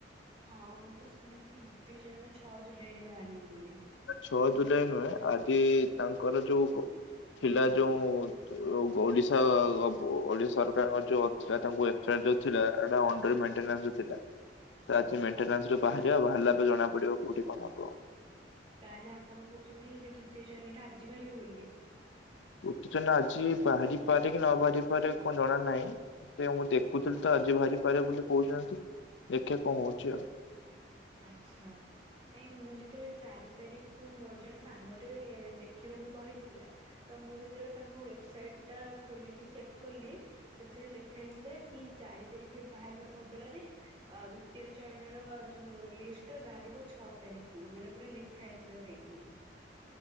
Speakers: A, on the right (about 30°); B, on the left (about 80°).
A: ହଁ, ମୁଁ ତ ଶୁଣିଥିଲି ଦ୍ଵିତୀୟ ଚୟନ ଛଅ ଜୁଲାଇ ରେ ବାହାରିବ ବୋଲି।
B: ଛଅ ଜୁଲାଇ ନୁହେଁ, ଆଜି ତାଙ୍କର ଯୋଉ ପିଲା ଯୋଉ ଓଡ଼ିଶା, ଓଡ଼ିଶା ସରକାରଙ୍କ ଯୋଉ ସେଟା ତାଙ୍କୁ <unintelligible> ଅଣ୍ଡର ମେଣ୍ଟନାସ୍ ରେ ଥିଲା। ତ ଆଜି ମେଣ୍ଟନାସ୍ ରୁ ବାହାରିବା, ବାହାରିଲା ପରେ ଜଣା ପଡିବ କଉଠି କଣ ହବ।
A: ତାହେଲେ ଆପଣ କହୁଛନ୍ତି, ଯେ ଦ୍ଵିତୀୟ ଚୟନ ଟା ଆଜି ବାହାରିବ ବୋଲି?
B: ଉତ୍ପୀନ ଆଜି ବାହାରି ପାରେ କି ନ ବାହାରି ପାରେ କଣ ଜଣା ନାହିଁ। ସେ ମୁଁ ଦେଖୁଥିଲି ତ ଆଜି ବାହାରିପାରେ ବୋଲି କହୁଛନ୍ତି, ଦେଖେ କଣ ହଉଛି ଆଉ।
A: ଆଚ୍ଛା। ନାଇଁ ମୁଁ ଯେତେବେଳେ ଚାରି ତାରିଖ୍ କୁ ମୋର ଜଣେ ସାଙ୍ଗ ଟେ ଦେଖିବାକୁ କହିଥିଲା ତ ମୁଁ ଯେତେବେଳେ ତାଙ୍କ ୱେବ୍ ସାଇଟ୍ ଟା ଖୋଲିକି ଚେକ୍ କଲି ସେଥିରେ ଲେଖା ହେଇଥିଲା କି ଚାରି ତାରିଖ ବାହାରିବା ବଦଳରେ ଅ ଦ୍ଵିତୀୟ ଚୟନ ର ଯୋଉ ଲିଷ୍ଟ ବାହାରିବ ଛଅ ତାରିଖ କୁ ମାନେ ପୁରା ଲେଖା ହେଇଥିଲା ସେଇଟି।